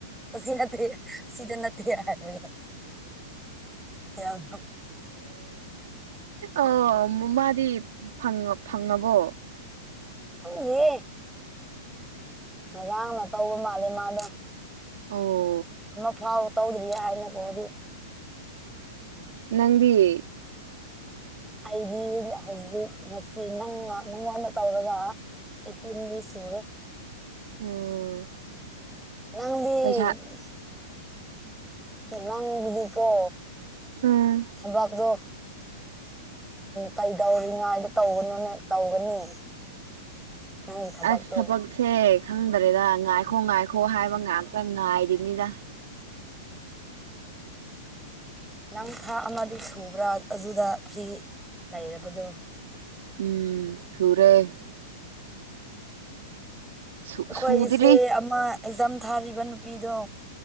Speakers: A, in the centre; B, on the right.
A: ꯑꯁꯤ ꯅꯠꯇꯦ ꯁꯤꯗ ꯅꯠꯇꯦ ꯍꯥꯏꯔ ꯌꯥꯝ
B: ꯑꯣ ꯃꯥꯗꯤ ꯐꯪꯉꯕꯣ
A: ꯪꯦ ꯉꯣꯏꯔꯥꯡꯅ ꯇꯧꯕ ꯃꯥꯜꯂꯦ ꯃꯥꯗꯣ
B: ꯑꯣ
A: ꯑꯃ ꯐꯥꯎ ꯇꯧꯗ꯭ꯔꯤꯌꯥ ꯍꯥꯏꯅ ꯐꯣꯗꯤ
B: ꯅꯪꯗꯤꯌꯦ
A: ꯑꯩꯗꯤ ꯍꯧꯖꯤꯛ ꯉꯁꯤ ꯅꯪ ꯅꯪꯉꯣꯟꯗ ꯇꯧꯔꯒ ꯑꯩꯇꯤꯟꯗꯤ ꯁꯨꯔꯦ
B: ꯎꯝ
A: ꯅꯪꯗꯤ
B: ꯄꯩꯁꯥ
A: ꯅꯪꯗꯤꯀꯣ
B: ꯎꯝ
A: ꯊꯕꯥꯥꯛꯗꯣ ꯀꯩꯗꯧꯔꯤꯉꯥꯏꯗ ꯇꯧꯒꯅꯣꯅꯦ ꯇꯧꯒꯅꯤ <inaudible> ꯊꯕꯛꯇꯣ
B: ꯑꯁ ꯊꯕꯛꯁꯦ ꯈꯪꯗ꯭ꯔꯦꯗ ꯉꯥꯏꯈꯣ ꯉꯥꯏꯈꯣ ꯍꯥꯏꯕ ꯉꯥꯛꯇ ꯉꯥꯏꯔꯤꯅꯤꯗ
A: ꯅꯪ ꯊꯥ ꯑꯃꯗꯤ ꯁꯨꯕ꯭ꯔꯥ ꯑꯗꯨꯗ ꯐ꯭ꯔꯤ ꯂꯩꯔꯕꯗꯨ
B: ꯎꯝ ꯁꯨꯔꯦ ꯁꯨ
A: ꯑꯩꯈꯣꯏ
B: ꯁꯨꯗ꯭ꯔꯤ
A: ꯏꯆꯦ ꯑꯃ ꯑꯦꯛꯖꯥꯝ ꯊꯥꯔꯤꯕ ꯅꯨꯄꯤꯗꯣ